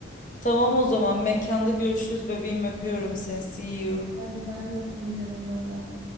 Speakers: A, on the left (about 45°); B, on the right (about 25°).
A: Tamam o zaman mekanda görüşürüz bebeğim öpüyorum seni. See you.
B: Hadi ben de öptüm canım bay bay.